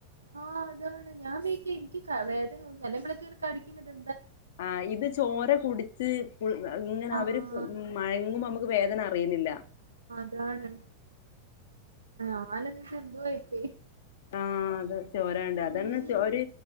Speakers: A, on the right; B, on the left.
A: ആ അതാണ് ഞാൻ വേയിക്കാ എനിക്ക് വേദന ഒന്നും <unintelligible> കടിക്കും ഇതെ
B: ആ ഇത് ചോര കുടിച്ച് ഇങ്ങനെ
A: ആഹ്
B: അവര് മയങ്ങുമ്പോ നമ്മുക്ക് വേദന റിയുന്നില്ല
A: ഇതാണ് അവനെന്തു <unintelligible>
B: ആ അത് ചോരകണ്ട് അതന്നെ
A: ഉം
B: ചോര്